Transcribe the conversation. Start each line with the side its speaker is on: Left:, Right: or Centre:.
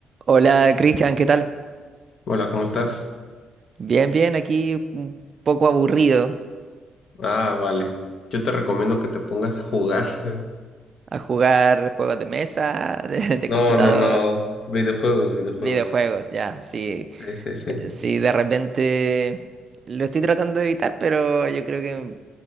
Right: Hola Cristian, ¿qué tal?
Left: Hola, ¿cómo estás?
Right: Bien, bien, aquí un poco aburrido
Left: Ah, vale. Yo te recomiendo que te pongas a jugar. <laughs>
Right: a jugar juegos de mesa, <laughs> de, de
Left: No,
Right: computador,
Left: no, no. Videojuegos, videojuegos.
Right: videojuegos, ya, sí,
Left: Sí, sí, sí.
Right: eh, sí, de repente lo estoy tratando de evitar, pero yo creo que